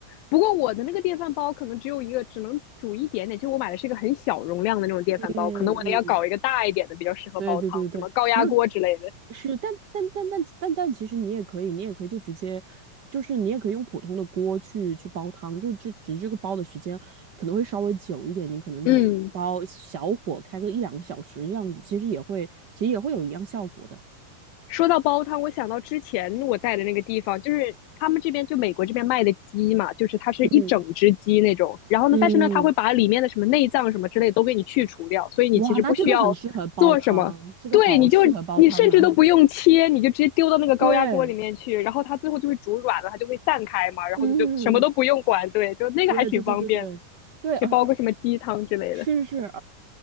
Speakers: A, on the left; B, on the right.
A: 不过我的那个电饭煲可能只有一个，只能煮一点点。就我买的是一个很小容量的那种电饭煲，
B: 嗯
A: 可能我得要搞一个大一点的，
B: 嗯。
A: 比较适合煲汤，
B: 对对对对，
A: 什么高压锅之类的。
B: 没有，是，但但但但但但，其实你也可以，你也可以就直接，就是你也可以用普通的锅去去煲汤，就只只这个煲的时间可能会稍微久一点，你可能得煲小火开个一两个小时这样子，
A: 嗯。
B: 其实也会其实也会有一样效果的。
A: 说到煲汤，我想到之前我在的那个地方，就是他们这边就美国这边卖的鸡嘛，就是它是一整只鸡那种。
B: 嗯，
A: 然后呢，
B: 嗯，
A: 但是呢，它会把里面的什么内脏什么之类的都给你去除掉，所以你其实不需要做什么。
B: 哇，那这个很适合煲汤，这个好适合煲汤啊。
A: 对，你就你甚至都不用切，你就直接丢到那个高压锅里面去，
B: <laughs> 对，
A: 然后它最后就会煮软了，它就会散开嘛，然后你就什么都不用管。
B: 嗯，
A: 对，就那个还挺方便的，
B: 对对对对对对，而
A: 可以煲个什么鸡汤之类的。
B: 是是，